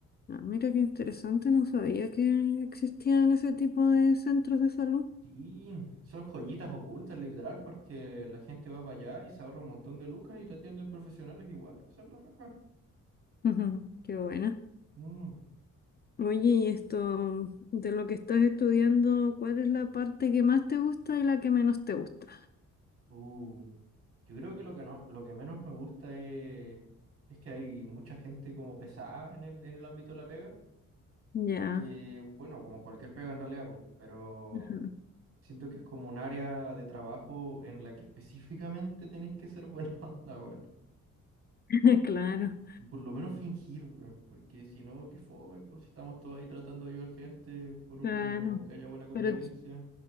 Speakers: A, on the left; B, on the right.
A: Ah, mira qué interesante, no sabía que existían ese tipo de centros de salud. <laughs>
B: Sí, son joyitas ocultas, literal, porque la gente va para allá y se ahorra un montón de lucas y te atienden profesionales igual, que son las rajas.
A: Ujú, Qué buena.
B: Mm,
A: Oye, y esto de lo que estás estudiando, ¿cuál es la parte que más te gusta y la que menos te gusta?
B: uh, Yo creo que lo que no, lo que menos me gusta es, es que hay mucha gente como pesada en el, en el ámbito de la pega,
A: Ya,
B: que, bueno, como en cualquier pega en realidad, pues, pero
A: ajá.
B: Siento que es como un área de trabajo en la que específicamente tenéis que ser buena <laughs> onda, weón.
A: <laughs> Claro,
B: Por lo menos fingir, weón. Porque si no, qué fome, pues si estamos todos ahí tratando de ayudar gente, por último,
A: claro.
B: que haya buena convivencia.
A: Pero t-